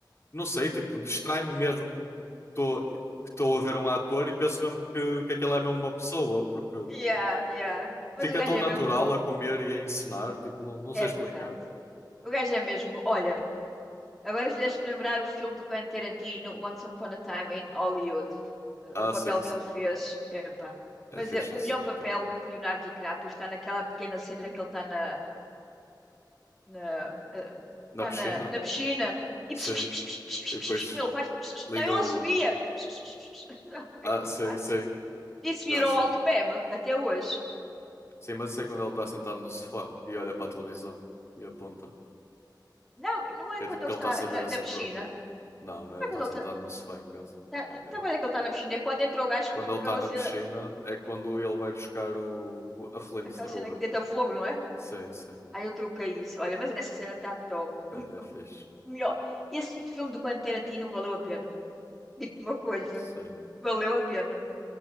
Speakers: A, on the left (about 35°); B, in the centre.
A: não sei, tipo, distrai-me mesmo que estou que estou a ver um ator e penso mesmo que, que aquele é mesmo uma pessoa, porque.
B: Yeah, yeah. Mas
A: Fica
B: o gajo
A: tão natural
B: é mesmo bom.
A: a comer e a encenar, tipo, não, não
B: É
A: sei explicar.
B: verdade. O gajo é mesmo. Olha, agora fizeste-me lembrar o filme do Quentin Tarantino, Once Upon a Time in Hollywood. Eh,
A: Ah,
B: O papel
A: sim, sim.
B: que ele fez, epá.
A: É
B: Mas
A: fixe
B: eh, o
A: esse
B: melhor
A: filme
B: papel
A: também.
B: do Leonardo DiCaprio está naquela pequena cena que ele está na, na, eh,
A: Na
B: está
A: piscina?
B: na, na piscina e
A: Sim.
B: pss, pss, pss, pss, pss,
A: E depois
B: pss, pss, como ele faz? Pss, pss,
A: liga
B: Não, ele
A: o.
B: assobia. Pss, pss, pss, pss. <laughs> Sabe Como
A: Ah,
B: é que ele
A: sim,
B: faz?
A: sim.
B: Isso virou
A: Já sei.
B: alto meme até hoje.
A: Sim, mas isso é quando ele está sentado no sofá e olha para a televisão e aponta.
B: Não, não é
A: Que
B: quando
A: é tipo que
B: ele
A: ele
B: está
A: está a saber
B: na,
A: a
B: na
A: si
B: piscina.
A: próprio. Não, não, ele
B: Não é
A: está
B: quando ele
A: sentado
B: está.
A: no sofá em casa.
B: Tá- Então,
A: É.
B: quando é que ele tá na piscina? É Quando entrou o gás
A: Quando
B: com
A: ele
B: aquela
A: está na
B: cena,
A: piscina é quando ele vai buscar o, o- a flamethrower.
B: aquela cena que deita fogo, não é?
A: Sim, sim.
B: Aí eu troquei isso. Olha, mas essa cena tá top.
A: É,
B: Hum,
A: é
B: hum,
A: fixe.
B: hum, Melhor. Esse filme do Quentin Tarantino valeu a pena. Digo-te uma coisa.
A: Sim.
B: Valeu a pena.